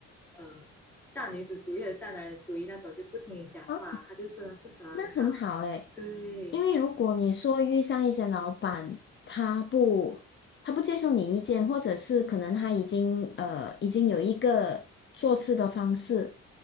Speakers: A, in the centre; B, on the left.
A: 呃，大女子主义的大男人主义那种，就不听你讲话，
B: 啊，
A: 他就真的是很好。
B: 那很好诶。
A: 对，
B: 因为如果你说遇上一些老板，他不他不接受你意见，或者是可能他已经呃已经有一个做事的方式，